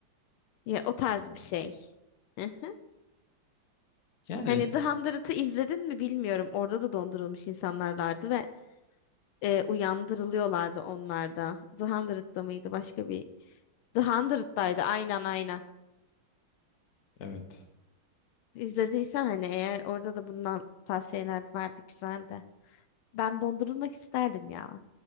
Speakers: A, on the left; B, on the left.
A: Ya o tarz
B: Hmm.
A: bir şey. <laughs>
B: Yani
A: Hani The Hundred'ı izledin mi bilmiyorum. Orada da dondurulmuş insanlarlardı ve eee, uyandırılıyorlardı onlar da. The Hundred'da mıydı başka bir? The Hundred'daydı aynen aynen.
B: evet.
A: İzlediysen hani eğer orada da bundan tavsiyeler vardı güzel de. Ben dondurulmak isterdim ya.